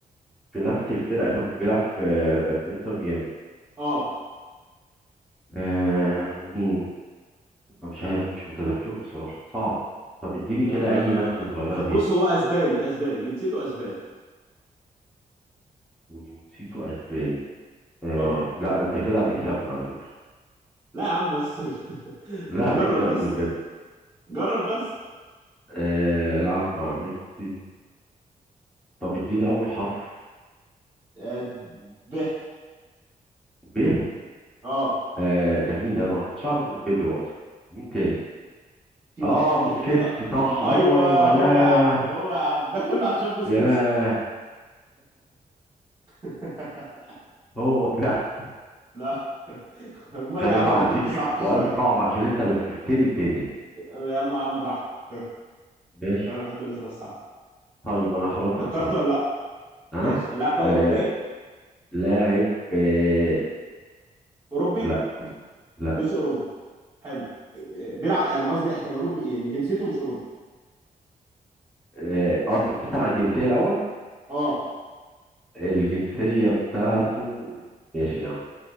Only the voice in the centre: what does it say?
في نفس الفرقة كان بيلعب في في انتر ميامي
آه مين أنا مش عارف مش متذكره بصراحة صعب طب اديني
كده أي نبذة صغيرة تاني
وجنسيته اسباني آه
لا انت كده هتكسبني على فكرة
لا
هتكسبني
بجد
آه لعب مع ميسي طب اديني اول حرف
ب
آه ده مين ده أنا ما كنتش اعرف غير بيدرو اصلا مين تاني
اه
بوسكيتس
صح
ايوه ايوه
ياه
ياه
هو فعلا
ده
انا
بقى
اديك
سؤال
صعب عشان انت لففتني الدنيا
ماشي
طيب انا خلاص
اخترت
انا
آه لاعب آه
لا لا
اه آه، انت بتسأل على الجنسية الاول
الجنسية بتاعته أوروبي. ماشي يا عم